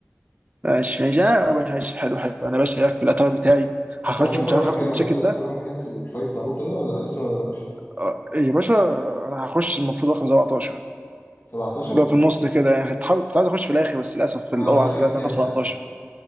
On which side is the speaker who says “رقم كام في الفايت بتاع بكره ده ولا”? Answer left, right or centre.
Left